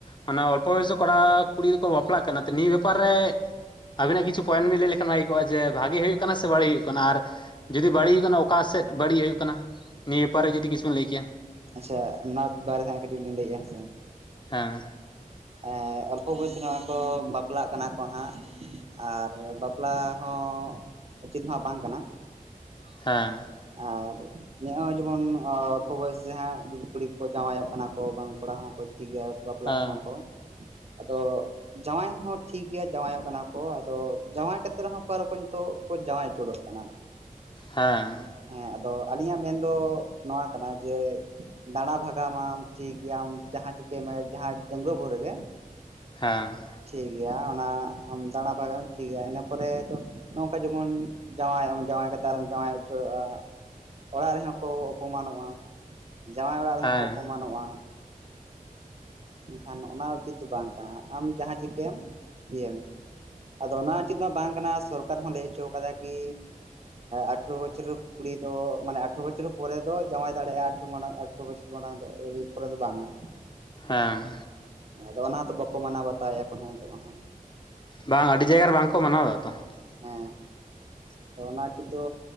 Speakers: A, on the left (about 35°); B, on the right (about 45°).
A: ᱢᱟᱱᱮ ᱚᱞᱯᱚ ᱵᱚᱭᱚᱥ ᱠᱷᱚᱱ ᱟᱜ ᱠᱩᱲᱤ ᱜᱤᱫᱽᱨᱟᱹᱠᱚ ᱵᱟᱯᱞᱟᱜ ᱠᱟᱱᱟ ᱛᱚ ᱱᱤᱭᱟᱹ ᱵᱮᱯᱟᱨ ᱨᱮ ᱟᱵᱤᱱᱟᱜ ᱠᱤᱪᱷᱩ ᱯᱚᱭᱮᱱᱴ ᱵᱤᱱ ᱞᱟᱹᱭ ᱞᱮᱠᱷᱱ ᱦᱩᱭ ᱠᱚᱜᱼᱟ ᱡᱮ ᱵᱷᱟᱜᱮ ᱦᱩᱭᱩᱜ ᱠᱟᱱᱟ ᱥᱮ ᱵᱟᱹᱲᱤᱡ ᱦᱩᱭᱩᱜ ᱠᱟᱱᱟ ᱟᱨ ᱡᱩᱫᱤ ᱵᱟᱹᱲᱤᱡ ᱦᱩᱭᱩᱜ ᱠᱟᱱᱟ ᱚᱠᱟ ᱥᱮᱫ ᱵᱟᱹᱲᱤᱡ ᱦᱩᱭᱩᱜ ᱠᱟᱱᱟ ᱱᱤᱭᱟᱹ ᱵᱮᱯᱟᱨ ᱨᱮ ᱡᱩᱫᱤ ᱠᱤᱪᱷᱩ ᱞᱟᱹᱭ ᱠᱮᱭᱟ᱾
B: ᱟᱪᱪᱷᱟ ᱚᱱᱟ ᱵᱟᱨᱮᱛᱮ ᱠᱟᱹᱴᱤᱡ ᱞᱤᱧ ᱞᱟᱹᱭᱮᱜᱼᱟ ᱦᱮᱸᱥᱮ᱾
A: ᱦᱮᱸ
B: ᱮ ᱚᱞᱯᱚ ᱵᱚᱭᱚᱥᱮ ᱱᱚᱣᱟᱜ ᱠᱚ ᱵᱟᱯᱞᱟᱜ ᱠᱟᱱᱟ ᱠᱚ ᱦᱟᱸᱜ ᱟᱨ ᱵᱟᱯᱞᱟ ᱦᱚᱸ ᱩᱪᱤᱛ ᱢᱟ ᱵᱟᱝ ᱠᱟᱱᱟ᱾
A: ᱦᱮᱸ
B: ᱟᱨ ᱱᱚᱜᱚᱭ ᱡᱮᱢᱚᱱ ᱚᱞᱯᱚ ᱵᱚᱭᱚᱥ ᱡᱟᱦᱟ ᱠᱩᱲᱤ ᱠᱚ ᱡᱟᱶᱟᱭ ᱚᱜ ᱠᱟᱱᱟ ᱠᱚ ᱵᱟᱝ ᱠᱚᱲᱟ ᱦᱚᱸ ᱠᱚ ᱴᱷᱤᱠ ᱜᱮ ᱵᱟᱯᱞᱟᱜ
A: ᱦᱮᱸ
B: ᱠᱟᱱᱟ ᱠᱚ
A: <inaudible>
B: ᱛᱚ ᱡᱟᱶᱟᱭ ᱦᱚᱸ ᱴᱷᱤᱠ ᱜᱮᱭᱟ ᱡᱟᱶᱟᱭᱚᱜ ᱠᱟᱱᱟ ᱠᱚ ᱟᱫᱚ ᱡᱟᱶᱟᱭ ᱠᱟᱛᱮ ᱨᱮᱦᱚᱸ ᱟᱨᱚ ᱠᱚ ᱱᱤᱛᱚᱜ ᱡᱟᱶᱟᱭ ᱟᱹᱪᱩᱨᱚᱜ ᱠᱟᱱᱟ
A: ᱦᱮᱸ
B: ᱦᱮᱸ ᱟᱫᱚ ᱟᱹᱞᱤᱧᱟᱜ ᱢᱮᱱ ᱫᱚ ᱱᱚᱣᱟ ᱠᱟᱱᱟ ᱡᱮ ᱫᱟᱬᱟ ᱵᱷᱟᱜᱟᱣᱟᱢ ᱴᱷᱤᱠ ᱜᱮᱟᱢ ᱡᱟᱦᱟᱸᱟᱸ ᱪᱤᱠᱟᱹᱭ ᱢᱮ ᱰᱟᱺᱜᱩᱣ ᱵᱷᱳᱩᱨ ᱨᱮᱜᱮ
A: ᱦᱮᱸ
B: ᱴᱷᱤᱠ ᱜᱮᱭᱟ ᱚᱱᱟ ᱟᱢ ᱫᱟᱬᱟ ᱵᱷᱟᱜᱟᱢ ᱴᱷᱤᱠᱭᱟ ᱤᱱᱟᱹ ᱯᱚᱨᱮ ᱫᱚ ᱱᱚᱝᱠᱟ ᱡᱮᱢᱚᱱ ᱡᱟᱶᱟᱭᱚᱢ ᱡᱟᱶᱟᱭ ᱦᱮᱸᱛᱚ ᱡᱟᱶᱟᱭ ᱩᱡᱟᱹᱲᱚᱜᱼᱟ ᱚᱲᱟᱜ ᱨᱮᱦᱚᱸ ᱠᱚ ᱚᱯᱚᱢᱟᱱᱚᱜᱼᱟ᱾ ᱡᱟᱶᱟᱭ ᱚᱲᱟᱜ ᱨᱮᱦᱚᱸ
A: ᱦᱮᱸ
B: ᱠᱚ ᱚᱯᱚᱢᱟᱱᱚᱜᱼᱟ᱾ ᱠᱷᱟᱱ ᱱᱚ-ᱚᱱᱟ ᱩᱪᱤᱛ ᱫᱚ ᱵᱟᱝ ᱠᱟᱱᱟ ᱟᱢ ᱡᱟᱦᱟᱸ ᱪᱤᱠᱚᱸᱢ ᱤᱭᱚᱸ ᱢᱮ ᱟᱫᱚ ᱚᱱᱟ ᱩᱪᱮᱫ ᱢᱟ ᱵᱟᱝ ᱠᱟᱱᱟ ᱥᱚᱨᱠᱟᱨ ᱦᱚᱸ ᱞᱟᱹᱭ ᱦᱚᱪᱚ ᱠᱟᱫᱟ ᱠᱤ ᱟᱴᱷᱨᱚ ᱵᱚᱪᱷᱚᱨ ᱠᱩᱲᱤ ᱫᱚ ᱢᱟᱱᱮ ᱟᱴᱷᱨᱚ ᱵᱚᱪᱷᱚᱨ ᱯᱚᱨᱮ ᱫᱚ ᱡᱟᱶᱟᱭ ᱫᱟᱲᱮᱭᱟᱜᱼᱟ᱾ ᱟᱴᱷᱨᱚ ᱢᱟᱲᱟᱝ ᱟᱴᱷᱚᱨᱚ ᱵᱚᱪᱷᱚᱨ ᱢᱟᱲᱟᱝ ᱫᱚ ᱟᱶᱨᱤ ᱯᱚᱨ ᱫᱚ ᱵᱟᱝᱼᱟ᱾
A: ᱦᱮᱸ
B: ᱟᱫᱚ ᱚᱱᱟ ᱦᱚᱸᱛᱚ ᱵᱟᱠᱚ ᱢᱟᱱᱟᱣ ᱵᱟᱛᱟᱣ ᱮᱫᱟ ᱠᱚ ᱦᱟᱸᱜ ᱱᱤᱛᱚᱜ ᱢᱟ ᱦᱟᱸᱜ᱾
A: ᱵᱟᱝ ᱟᱹᱰᱤ ᱡᱟᱭᱜᱟ ᱨᱮ ᱵᱟᱝᱠᱚ ᱢᱟᱱᱟᱣᱫᱟ ᱛᱚ᱾ <inaudible>
B: ᱦᱮᱸ ᱟᱫᱚ ᱚᱱᱟ ᱪ ᱫᱚ